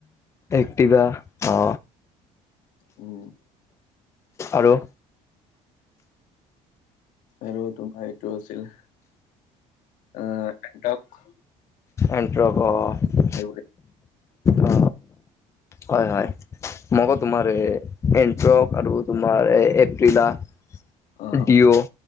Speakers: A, on the left; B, on the left.
A: এক্টিভা অঁ।
B: উম।
A: আৰু।
B: আৰু তোমাৰ এইটো আছিল। <unintelligible>
A: এণ্ট্ৰক' অ'।
B: সেইবোৰেই।
A: অ হয় হয়, মইোকৌ তোমাৰ এণ্ট্ৰক আৰু তোমাৰ <unintelligible>
B: অ
A: ডঅ'